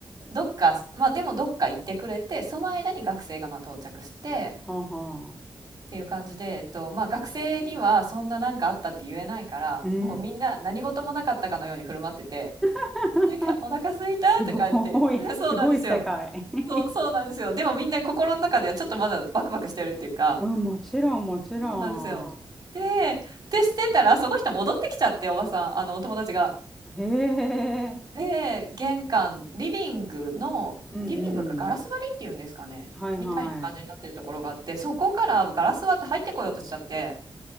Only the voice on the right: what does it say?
どっか、まあでもどっか行ってくれて、その間に学生がまあ到着して、
っていう感じで、えっと、まあ学生にはそんななんかあったって言えないから、
もうみんな何事もなかったかのように振る舞ってて、
なんか、お腹空いたとか言って。
<laughs> そうなんですよ。
そう、そうなんですよ。でもみんな心の中ではちょっとまだバクバクしてるっていうか、
そうなんですよ。で、で、してたら、その人戻ってきちゃって、おばさん、あの、お友達が。
で、玄関、リビングの、
リビングがガラス張りっていうんですかね。
みたいな感じになってるところがあって、そこからガラス割って入ってこようとしちゃって、